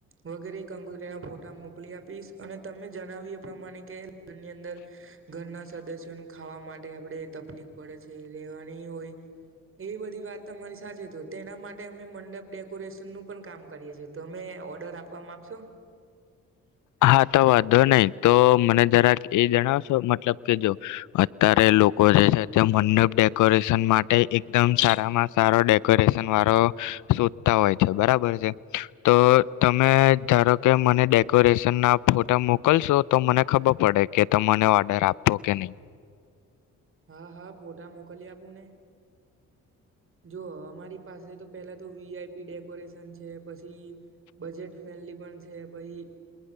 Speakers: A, on the right; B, on the left.
A: વગેરે કંકુતરીના ફોટા મોકલી આપીશ અને તમે જણાવીએ પ્રમાણે કે <unintelligible> ની અંદર ઘરના સદસ્યોને ખાવા માટે આપડે તકલીફ પડે છે, રેવાની હોય એવી બધી વાત તમારી સાથે તો તેના માટે અમે મંડપ ડે કોરેશનનું પણ કામ કરીએ છીએ, તમે ઓર્ડર આપવા માંગશો?
B: હા તો વાંધો નહી તો મને જરાક એ જણાવ છો મતલબ કે જો અત્યારે લોકો જે છે તે મંડપ ડેકોરેશન માટે એકદમ સારામાં સારો ડેકોરેશ ન વાળો શોધતા હોય છે બરાબર છે. તો તમે ધારો કે મને ડેક કોરેશન ના ફોટા મોકલશો તો મને ખબર પડે કે તમને ઓર્ડર આપવો કે નહીં.
A: હા, હા ફોટા મોકલી આપું ને. જો અમારી પાસે તો પેલા તો વી આઈ પી ડેકોરેશન છે, પછ છી બજેટ ફ્રેન્ડલી પણ છે, પહી